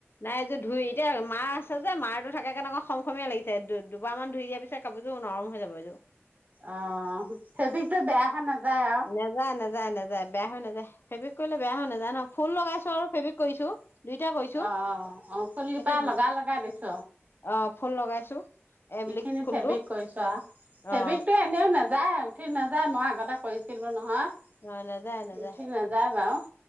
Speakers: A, on the left; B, on the right.
A: নাই এইয ধুই এতিয়া মাৰ আছে যে মাৰো, থকা কাৰণে খ- খমে লাগিছে দুবাৰ মান ধুই দিয়া পিছত। কাপোৰযোৰ নৰম হৈ যাব এইটো।
B: অ ফেবিকো বেয়াহৈ নাযায় আৰু?
A: নেযায়, নেযায়, নেযায় বেয়া হৈ নেযায়, ফেব্ৰিক কৰিলে বেয়া হৈ নাযায় ন ফুল লগাইছো আৰু ফেব্ৰিক কৰিছো। দুইটা কৰিছো
B: অ', অ' ফুল
A: কিন্তু
B: কপা লগা, লগা দিছ।
A: অ ফুল লগাইছো? এবলিক
B: এইখিনি
A: ফুলটো
B: ফেব্ৰিক কৰিছো, আৰু ফেব্ৰিকতটো
A: অ
B: এনেও নাযায়। উঠি নাযায়, মই আগতে কৰিছিলো নহয়
A: অ নাযায় নাযায়
B: উঠি নাযায় বাৰু।